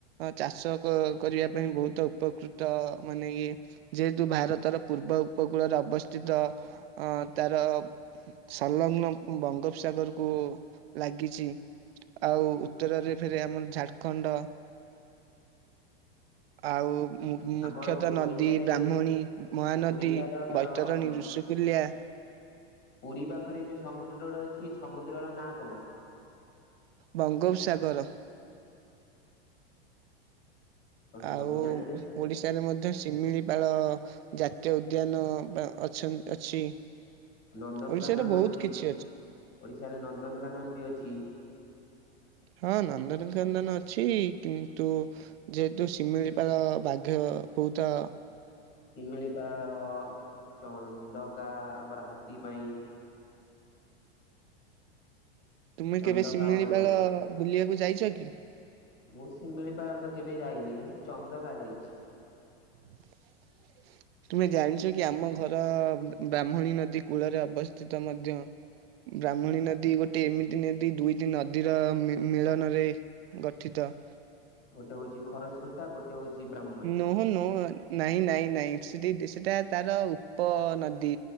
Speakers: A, on the right; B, on the left.
A: ଚାଷ କରିବା ପାଇଁ, ବହୁତ ଉପକୃତ, ମାନେ ଇଏ ଯେହେତୁ, ଭାରତର ପୂର୍ବ ଉପକୂଳରେ ଅବସ୍ଥିତ। ଅ ତାର ସ ସଂଗ୍ନ ବଙ୍ଗୋପସାଗର କୁ, ଲାଗିଛି। ଆଉ, ଉତ୍ତରରେ ଫେରେ, ଆମର ଝାଡଖଣ୍ଡ ଆଉ, ମୁଖ୍ୟତଃ
B: ଆମର
A: ନଦୀ
B: ଓଡିଶାରେ
A: ବ୍ରାହ୍ମଣୀ, ମହାନଦୀ,
B: ଓଡିଶାର
A: ବୈତରଣୀ,
B: ଉଁ,
A: ଋଷୁକୁଲ୍ୟା।
B: ପୁରୀ ପାଖରେ ଯୋଉ, ସମୁଦ୍ରଟ ଅଛି ।ସମୁଦ୍ରର ନାଁ କଣ?
A: ବଙ୍ଗୋପସାଗର।
B: ଆପଣ
A: ଆଉ,
B: ସବୁ ଜାଣିଛନ୍ତି ଆଉ
A: ଓଡିଶାରେ ମଧ୍ୟ ଶିମିଳିପାଳ ଜାତୀୟ ଉଦ୍ୟାନ ଅ, ଅଛି।
B: ନନ୍ଦନକାନନ
A: ଓଡିଶାରେ ବହୁତ
B: ଅଛି
A: କିଛି
B: ।ଓଡିଶାରେ ନନ୍ଦନକାନନ ବି ଅଛି।
A: ହଁ ।ନନ୍ଦନକନ୍ଦନ ଅଛି କିନ୍ତୁ, ଯେହେତୁ ଶିମିଳିପାଳ ବାଘ ବୁତ
B: ଶିମିଳିପାଳ, ଚନ୍ଦକା ଆମର ହାତୀ ପାଇଁ।
A: ତୁମେ
B: ଚନ୍ଦକା
A: କେବେ ଶିମିଳିପାଳ
B: ଅଭୟାରଣ୍ୟ
A: ବୁଲିବାକୁ ଯାଇଛ କି?
B: ମୁଁ ଶିମିଳି ପାଳ ତ କେବେ ଯାଇନି ଚନ୍ଦକା ଯାଇଛି।
A: <inaudible> ତୁମେ ଜାଣିଛ କି ଆମ ଘର ବା-ବ୍ରାହ୍ମଣୀ ନଦୀ କୂଳରେ ଅବସ୍ଥିତ ମଧ୍ୟ। ବ୍ରାହ୍ମଣୀ ନଦୀ ଗୋଟେ ଏମିତି ନଦୀ ଦୁଇଟି ନଦୀର ମି-ମିଳନରେ ଗଠିତ। ତ।
B: ଗୋଟେ ହଉଛି ଖରସ୍ରୋତା ଗୋଟେ ହଉଛି। ବ୍ରାହ୍ମଣୀ।
A: ନୋ ନୋ ନାଇଁ ନାଇଁ ନାଇଁ ସେଠି ଦେ ସେଟା ତାର ତ ନଦୀ